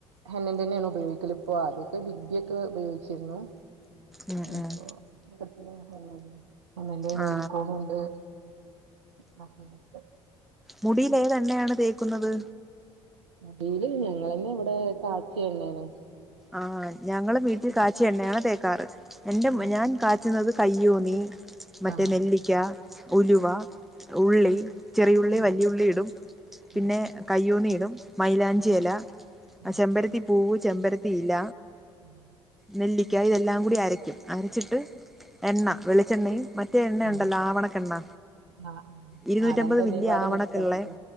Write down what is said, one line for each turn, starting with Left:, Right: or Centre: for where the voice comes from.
Right: ഹന്നെന്റെന്നെയാണ് ഉപയോഗിക്കല് പ്പൊ ആദ്യൊതെ ബിഗ്ബി ഒക്കെ ഉപയോഗിച്ചിരുന്നു
Centre: ഉം ഉം
Right: ഇപ്പൊ <unintelligible> ഹന്നന്റെ നെയിൽകോണുംണ്ട്.
Centre: ആ
Right: ബസ്മലുണ്ട്
Centre: മുടീല്ഏതെണ്ണയാണ് തേക്കുന്നത്?
Right: മുടീല് ഞങ്ങളെന്നെ ഇവിടെ കാച്ചി എണ്ണേണ്
Centre: ആഹ് ഞങ്ങള് വീട്ടി കാ ച്ചിഎണ്ണഅണ് തേക്കാറ് എന്റെമോൻ
Right: ആഹ്
Centre: ഞാൻ കാച്ചുന്നത് കയ്യോന്നി മറ്റേ
Right: ആഹ്
Centre: നെല്ലിക്ക ഉലുവ
Right: ആഹ്
Centre: ഉള്ളി
Right: ആഹ്
Centre: ചെറിഉള്ളി
Right: ഉം
Centre: വല്യഉള്ളി ഇടും പിന്നെ
Right: ഉം
Centre: കയ്യോന്നി ഇടും മൈലാഞ്ചി
Right: ഉം
Centre: എല
Right: ആഹ്
Centre: അ ചെമ്പരത്തി പൂവ് ചമ്പര ത്തി ഇല
Right: ഉം
Centre: നെല്ലിക്ക ഇതെല്ലാം കൂടി അരയ്ക്കും അരച്ചിട്ട് എണ്ണ വെളിച്ചെണ്ണയും മറ്റേ എണ്ണ
Right: ഉം
Centre: ഉണ്ടല്ലോ ആവണക്കണ്ണ
Right: ആഹ് ആഹ്
Centre: ഇരുന്നൂറ്റിമ്പത്
Right: ആഹ് രണ്ടെണ്ണീമ്പാടെ
Centre: മില്ലി ആവണക്കളേ
Right: മിക്സ് ആക്കിട്ട്